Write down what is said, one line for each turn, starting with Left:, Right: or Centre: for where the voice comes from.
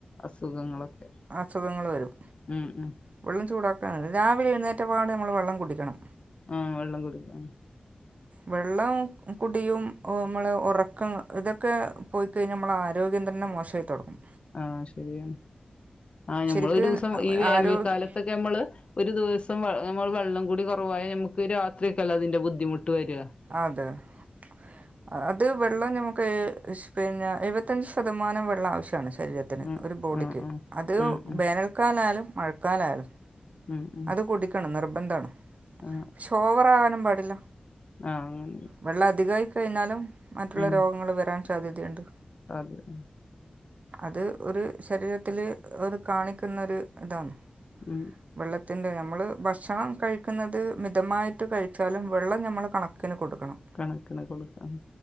Left: അസുഖങ്ങളൊക്കെ
Right: അസുഖങ്ങള് വരും.
Left: ഉം ഉം.
Right: വെള്ളം ചൂടാക്കാന് രാവിലെ എഴുന്നേറ്റപ്പാടെ നമ്മള് വെള്ളം കുടിക്കണം.
Left: ആഹ് വെള്ളം കുടിക്കണം ഉം
Right: വെള്ളം കുടിയും ഓഹ് മ്മളെ ഒറക്കം ഇതൊക്കെ പോയിക്കഴിഞ്ഞാ നമ്മളെ ആരോഗ്യം തന്നെ മോശായി. ട്ടും
Left: ആഹ് ശരിയാണ് ആഹ് ഞമ്മളൊരൂസം
Right: ശരിക്കും
Left: ഈ വേനൽക്കാലത്തൊക്കെ
Right: ആരോഗ്യ
Left: നമ്മള് ഒരു ദിവസം വ നമ്മള് വെള്ളം കൂടി കൊറവായ ഞമ്മക്ക് രാത്രിയൊക്കെല്ലേ അതിന്റെ ബുദ്ധിമുട്ട് വരാ?
Right: അതെ അത് അത് വെള്ളം ഞമ്മക്ക് എശ് പിന്നെ എഴുപത്തഞ്ച് ശതമാനം വെള്ളം ആവശ്യാണ് ശരീര ത്തിന്
Left: ഉം
Right: ഒരു ബോഡിക്ക്
Left: ആ ആ
Right: അത്
Left: ഉം ഉം
Right: വേനൽക്കാലായാലും മഴക്കാലായാലും.
Left: ഉം ഉം
Right: അത് കുടിക്കണം നിർബന്ധാണ്
Left: ആ
Right: പക്ഷെ ഓവറാകാനും പാടില്ല.
Left: ആഹ് അങ്ങനെണ്ട്
Right: വെള്ളം അധികായി കഴിഞ്ഞാലും മറ്റുള്ള
Left: ഉം
Right: രോഗങ്ങള് വരാൻ സാധ്യതയ്ണ്ട്.
Left: സാധ്യത
Right: അത് ഒരു ശരീരത്തില് അത് കാണിക്കുന്നൊരു ഇതാണ്.
Left: ഉം.
Right: വെള്ളത്തിൻ്റെ ഞമ്മള് ഭക്ഷണം കഴിക്കുന്നത് മിതമായിട്ട് കഴിച്ചാലും വെള്ളം ഞമ്മള് കണക്കിന് കൊടുക്കണം.
Left: കണക്കിന് കൊടുക്കണം.